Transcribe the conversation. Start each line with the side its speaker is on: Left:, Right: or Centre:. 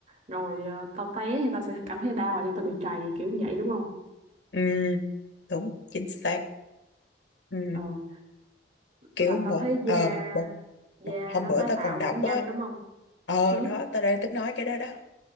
Right: rồi ờ, tao té thì tao sẽ cảm thấy đau là do tao bị trầy kiểu vậy đúng không
Left: ừ đúng chính xác ừ,
Right: ừ
Left: kiểu
Right: mà
Left: một
Right: tao thấy
Left: ờ
Right: da
Left: một,
Right: da
Left: một hôm
Right: nó
Left: bữa
Right: tái
Left: tao
Right: tạo
Left: còn đọc
Right: cũng nhanh
Left: á
Right: đúng không
Left: ờ
Right: ừ
Left: đó tao đang tính nói cái đó đó